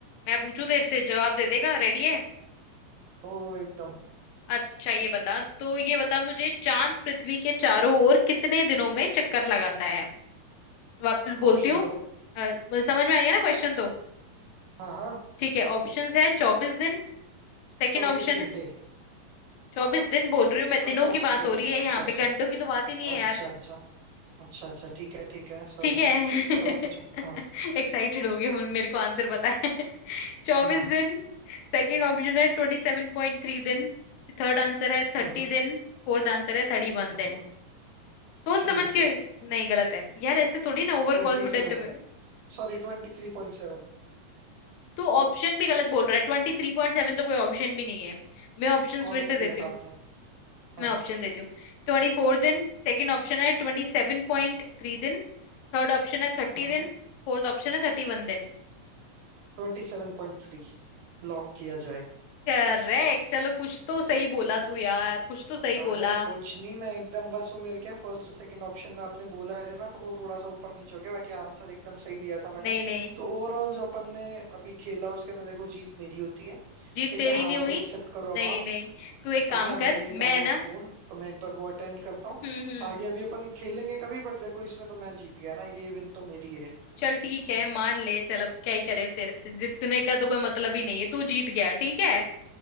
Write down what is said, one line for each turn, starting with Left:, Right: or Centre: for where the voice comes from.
Left: मैं पूछू तेरे से जवाब दे देगा रेडी है
Right: हो हो एकदम
Left: अच्छा ये बता तो ये बता मुझे चांद पृथ्वी के चारों ओर कितने दिनों में चक्कर लगाता है वापस बोलती
Right: ऑप्शन
Left: हूँ
Right: दो
Left: अ, समझ में आ गया ना क्वेश्चन तो
Right: हाँ हाँ
Left: ठीक है ऑप्शंस है चौबीस दिन सेकंड
Right: चौबीस
Left: ऑप्शन
Right: घंटे
Left: है चौबीस दिन बोल रही हूँ मैं दिनों
Right: अच्छा
Left: की
Right: सॉरी
Left: बात हो रही
Right: अच्छा
Left: है यहाँ
Right: अच्छा
Left: पे घंटों की तो बात ही नहीं है
Right: अच्छा
Left: यार
Right: अच्छा अच्छा अच्छा ठीक है ठीक है सॉरी
Left: ठीक है <laughs>
Right: बताओ पूछो हाँ
Left: एक्साइटेड हो गया मेरे को आंसर पता है <laughs> चौबीस
Right: हम्म
Left: दिन सेकंड ऑप्शन है ट्वेंटी सेवन पॉइंट थ्री दिन थर्ड आंसर है थर्टी
Right: हम्म
Left: दिन फोर्थ आंसर है थर्टी वन
Right: हम्म
Left: दिन सोच
Right: चौबीस
Left: समझ के
Right: दिन
Left: नहीं गलत है यार ऐसे थोड़ी ना ओवर
Right: ट्वेंटी
Left: कॉन्फिडेंट
Right: सेवन
Left: में
Right: सॉरी ट्वेंटी थ्री पॉइंट सेवन
Left: तू ऑप्शन भी गलत बोल रहा है ट्वेंटी थ्री पॉइंट सेवन तो कोई ऑप्शन भी नहीं है मैं ऑप्शन
Right: तो कौन
Left: फिर से
Right: सा
Left: देती
Right: दिया था
Left: हूँ
Right: आपने हाँ
Left: मैं
Right: हाँ
Left: ऑप्शन देती हूँ ट्वेंटी फोर दिन सेकंड ऑप्शन है ट्वेंटी सेवन पॉइंट थ्री दिन थर्ड ऑप्शन है थर्टी
Right: हम्म
Left: दिन फोर्थ ऑप्शन है थर्टी वन दिन।
Right: ट्वेंटी सेवन पॉइंट थ्री लॉक किया जाए
Left: करेक्ट चलो कुछ तो सही बोला तू यार कुछ तो
Right: अरे
Left: सही बोला
Right: कुछ नहीं मैं एकदम बस वो मेरे क्या फर्स्ट और सेकंड ऑप्शन में आपने बोला ऐसे ना तो वो थोड़ा सा ऊपर नीचे हो गया बाकी आंसर एकदम सही दिया था मैंने
Left: नहीं नहीं
Right: तो ओवरऑल जो अपन ने अभी खेला उसके अंदर देखो जीत मेरी होती है
Left: जीत
Right: ठीक
Left: तेरी
Right: है हार
Left: नहीं हुई
Right: को एक्सेप्ट करो
Left: नहीं
Right: अब आप
Left: नहीं तू एक काम
Right: है ना और
Left: कर
Right: मेरे एक आ
Left: मैं
Right: रहा है
Left: ना
Right: फोन तो मैं एक बार वो अटेंड करता हूँ
Left: हम्म हम्म
Right: आगे अभी अपन खेलेंगे कभी बट देखो इसमें तो मैं जीत गया ना ये विन तो मेरी है
Left: चल ठीक है मान ले चल अब क्या ही करे तेरे से जीतने का तो कोई मतलब ही नहीं है तू जीत गया ठीक है